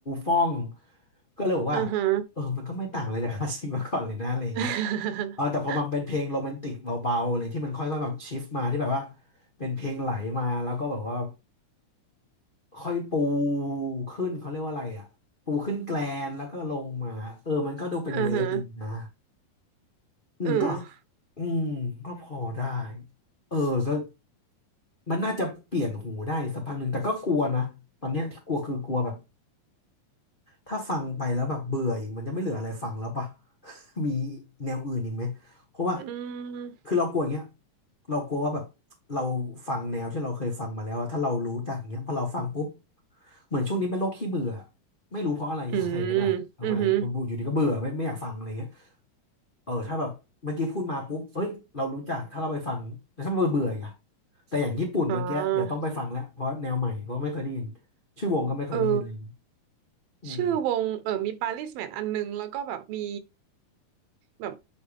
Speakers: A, on the left; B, on the right.
A: ฟ่องก็เลยบอกว่า
B: อือฮะ
A: เออมันก็ไม่ต่างอะไรจาก <laughs> คลาสสิกมาก่อนเลยนะอะไรอย่างเงี้ย
B: <laughs>
A: เออแต่พอมันเป็นเพลงโรแมนติกเบาๆเลยที่มันค่อยๆแบบชิฟมาที่แบบว่าเป็นเพลงไหลมาแล้วก็แบบว่าค่อยปูขึ้นเขาเรียกว่าอะไรอ่ะปูขึ้นแกลนแล้วก็ลงมาเออมันก็ดูเป็นเวฟดีนะ
B: อือฮะ
A: อืมก็
B: อืม
A: อืมก็พอได้เออก็มันน่าจะเปลี่ยนหูได้สักพักหนึ่งแต่ก็กลัวนะตอนเนี้ยที่กลัวคือกลัวแบบ ถ้าฟังไปแล้วแบบเบื่ออีกมันจะไม่เหลืออะไรฟังแล้วป่ะ <laughs> มีแนวอื่นอีกไหมเพราะว่า
B: อืม
A: คือเรากลัวอย่างเงี้ยเรากลัวว่าแบบเราฟังแนวที่เราเคยฟังมาแล้วอะถ้าเรารู้จักอย่างเงี้ยพอเราฟังปุ๊บเหมือนช่วงนี้เป็นโรคขี้เบื่อไม่รู้เพราะอะไรหาสาเหตุไม่ได้เออมัน
B: อืมอือฮึ
A: อยู่ดีก็เบื่อไม่ไม่อยากฟังอะไรเงี้ยเออถ้าแบบเมื่อกี้พูดมาปุ๊บเอ้ยเรารู้จักถ้าเราไปฟังแต่ถ้าเบื่อเบื่ออีกอะแต่อย่างญี่ปุ่นเมื่อกี้เดี๋ยวต้องไปฟังแล้วเพราะแนวใหม่เพราะไม่เคยได้ยิน
B: อ๋อ
A: ชื่อวงก็ไม่เคยได้ยินอะไรอย่างเงี้ย
B: เออ
A: อืม
B: ชื่อวงเออมีปาริสแมทอันนึงแล้วก็แบบมีแบบ